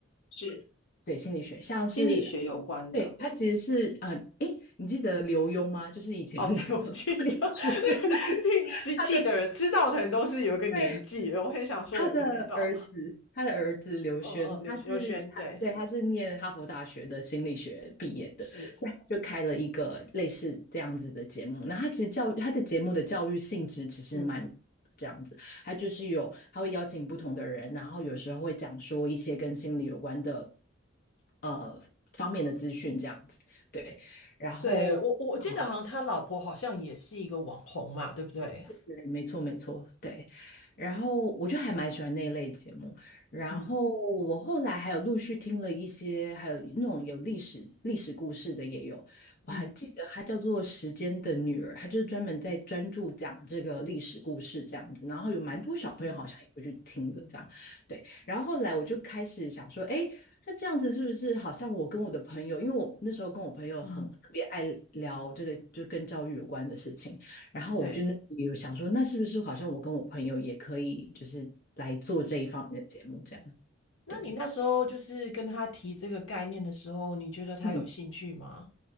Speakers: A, on the left; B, on the left.
A: 是
B: 对，心理学像是，
A: 心理学有关的。
B: 对，它其实是呃，诶，你记得刘墉吗？就是以前我们讲说脸书，
A: 哦，<laughs> 对，我记得，<laughs>
B: <laughs>
A: 记记得知道的人都是有一个年纪的我很想说我不知道。
B: 他的对他的儿子，他的儿子刘轩，
A: 嗯嗯，刘刘轩，
B: 他是他对，
A: 对。
B: 他是念哈佛大学的心理学毕业的，
A: 是。
B: 所以他就开了一个类似这样子的节目。那他其实教他的节目的教育性质其实蛮这样子，
A: 嗯，
B: 他就是有他会邀请不同的人，然后有时候会讲说一些跟心理有关的呃方面的资讯这样子，对，然后。
A: 对，我我我记得好像他老婆好像也是一个网红嘛，
B: 啊
A: 对不对？
B: 对，没错，没错，对。然后我就还蛮喜欢那一类节目。然后我后来还有陆续听了一些，
A: 嗯
B: 还有那种有历史历史故事的也有。我还记得它叫做《时间的女儿》，
A: 嗯
B: 它就是专门在专注讲这个历史故事这样子。然后有蛮多小朋友好像也会去听的这样。
A: 嗯
B: 对。然后后来我就开始想说，哎，那这样子是不是好像我跟我的朋友，因为我那时候跟我朋友很特别爱聊这个就跟教育有关的事情。
A: 嗯，
B: 然后我就那有想说，
A: 对。
B: 那是不是好像我跟我朋友也可以，就是来做这一方面的节目这样？
A: 那你那时候就是跟他提这个概念的时候，
B: 对，
A: 你觉得他有兴趣吗？
B: 嗯，